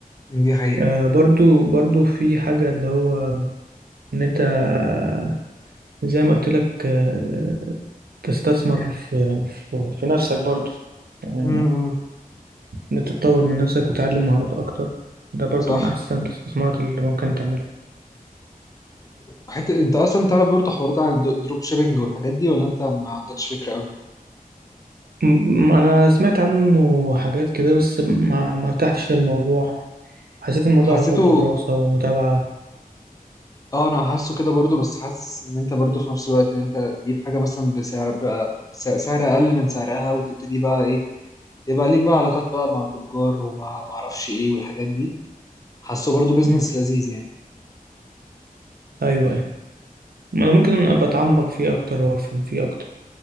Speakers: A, on the left; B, on the right.
A: دي حقيقه
B: آه، برضو برضو في حاجة اللي هو إن أنت آه، زي ما قلت لك آه، تستثمر في, في, في نفسك برضو يعني
A: امم
B: ما- إن أنت تطور من نفسك وتعلم مهارات أكتر ده برضو
A: صح
B: من أحسن الاستثمارات اللي ممكن تعملها
A: حتى انت اصلا تعرف برضه حوارات عن الدروب شيبينج والحاجات دي ولا انت ما عندكش فكره قوي
B: م- م- أنا سمعت عنه حاجات كده بس ما ما ارتحتش للموضوع حسيت الموضوع
A: حسيته
B: عايز برضو دراسة ومتابعة
A: اه انا حاسه كده برضه بس حاسس ان انت برضه في نفس الوقت ان انت تجيب حاجه مثلا بسعر بقى س- سعر اقل من سعرها وتبتدي بقى ايه يبقى ليك بقى علاقات بقى مع تجار ومع ما اعرفش ايه والحاجات دي حاسه برضه بيزنس
B: مم.
A: لذيذ يعني
B: أيوة أيوة أنا ممكن أبقى أتعمق فيه أكتر وأفهم فيه أكتر